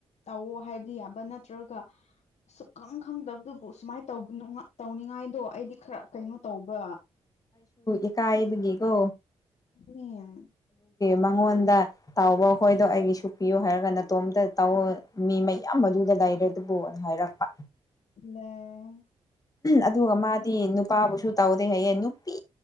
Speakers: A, on the left; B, on the left.
A: ꯇꯧꯋꯣ ꯍꯥꯏꯕꯗꯤ ꯌꯥꯕ ꯅꯠꯇ꯭ꯔꯒ ꯁꯨꯛꯈꯪ ꯈꯪꯗꯕꯗꯨꯕꯨ ꯁꯨꯃꯥꯏꯅ ꯇꯧꯕ ꯇꯧꯅꯤꯡꯉꯥꯏꯗꯣ ꯑꯩꯗꯤ ꯈꯔ ꯀꯩꯅꯣ ꯇꯧꯕ
B: ꯏ ꯀꯥꯏꯕꯒꯤꯀꯣ
A: ꯎꯝ
B: ꯃꯉꯣꯟꯗ ꯇꯧꯕ ꯍꯣꯏꯗꯣ ꯑꯩꯒꯤꯁꯨ ꯄꯤꯌꯨ ꯍꯥꯏꯔꯒ ꯅꯇꯣꯝꯇ ꯇꯧ ꯃꯤ ꯃꯌꯥꯝ ꯑꯗꯨꯗ ꯂꯩꯏꯔꯗꯨꯕꯣꯅ ꯍꯥꯏꯔꯛꯄ
A: ꯂ
B: ꯑꯗꯨꯒ ꯃꯥꯗꯤ ꯅꯨꯄꯥꯕꯨꯁꯨ ꯇꯧꯗꯦ ꯍꯥꯏꯌꯦ ꯅꯨꯄꯤ